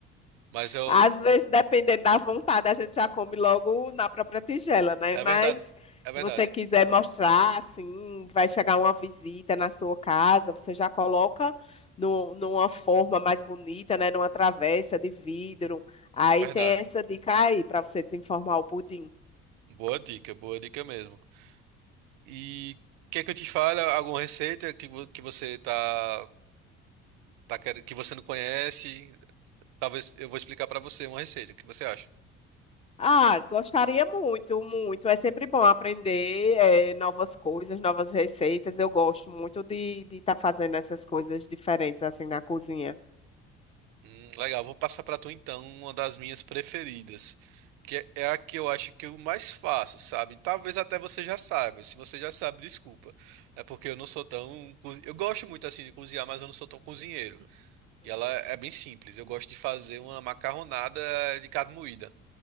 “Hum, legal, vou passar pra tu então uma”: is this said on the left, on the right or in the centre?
Right